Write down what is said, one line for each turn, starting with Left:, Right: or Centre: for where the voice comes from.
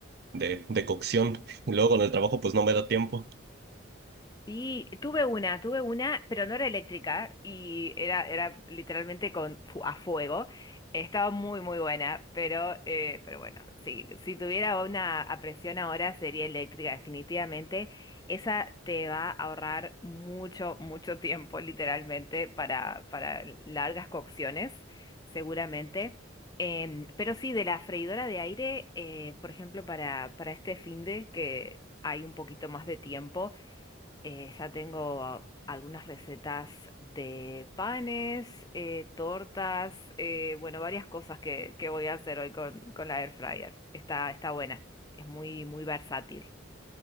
Right: de, de cocción. Y luego con el trabajo pues no me da tiempo.
Left: Sí, tuve una, tuve una, pero no era eléctrica y era, era literalmente con, fu- a fuego. Estaba muy, muy buena, pero, eh, pero bueno, sí, si tuviera una a presión ahora sería eléctrica, definitivamente. Esa te va a ahorrar mucho, mucho tiempo, literalmente, para, para largas cocciones, seguramente. Em, pero sí, de la freidora de aire, eh, por ejemplo, para, para este finde que hay un poquito más de tiempo. Eh, ya tengo ah, algunas recetas de panes, eh, tortas, eh, bueno, varias cosas que, que voy a hacer hoy con, con la air fryer. Está, está buena, es muy, muy versátil.